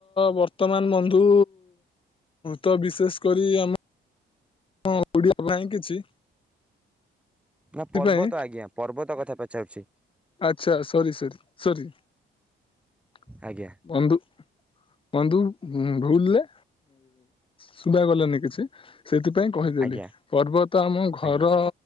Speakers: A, on the left; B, in the centre.
A: ବର୍ତ୍ତମାନ ବନ୍ଧୁ ତ ବିଶେଷ କରି ଆମେ ହଁ ଓଡିଆ ପାଇଁ କିଛି ସେଥିପାଇଁ
B: ନା ପର୍ବତ ଆଜ୍ଞା ପର୍ବତ କଥା ପଚାରୁଛି।
A: ଆଛା ସରି ସରି ସରି। <inaudible>
B: ଆଜ୍ଞା
A: ବନ୍ଧୁ ବନ୍ଧୁ ଭୁଲରେ ଶୁଭାଗଲାନି କିଛି ସେଇଥିପାଇଁ କହିଦେଲି
B: ଆଜ୍ଞା
A: ପର୍ବତ ଆମ ଘର
B: ଆଜ୍ଞା